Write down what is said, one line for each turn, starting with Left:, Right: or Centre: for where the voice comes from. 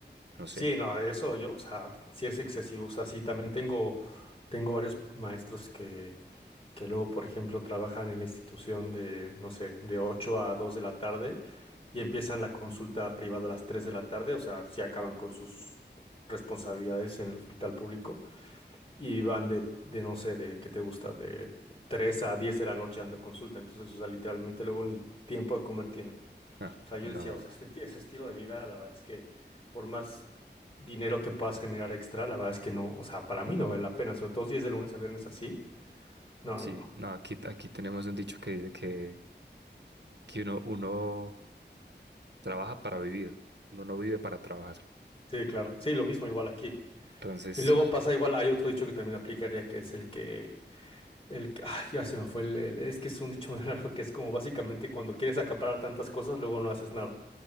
Right: No sé.
Left: Sí, no, eso yo, o sea, sí es excesivo. O sea, sí, también tengo, tengo varios maestros que, que luego, por ejemplo, trabajan en la institución de, no sé, de 8 a 2 de la tarde y empiezan la consulta privada a las 3 de la tarde. O sea, sí acaban con sus responsabilidades en el hospital público. y van de, de, no sé, de qué te gusta, de 3 a 10 de la noche dando consulta. Entonces, o sea, literalmente luego ni tiempo de comer tienen.
Right: Ah,
Left: O sea, yo
Right: no.
Left: decía, o sea, este, ti- ese estilo de vida, la verdad es que por más dinero que puedas generar extra, la verdad es que no, o sea, para mí no vale la pena, sobre todo si es de lunes a viernes así. No,
Right: Sí,
Left: no, no.
Right: no, aquí, aquí tenemos un dicho que dice que, que uno, uno trabaja para vivir, uno no vive para trabajar.
Left: Sí, claro. Sí, lo mismo igual aquí.
Right: Entonces
Left: Y
Right: sí.
Left: luego pasa igual, hay otro dicho que también aplicaría que es el que, el que, ay, ya se me fue el, el- es que es un dicho muy <laughs> largo que es como básicamente cuando quieres acaparar tantas cosas, luego no haces nada.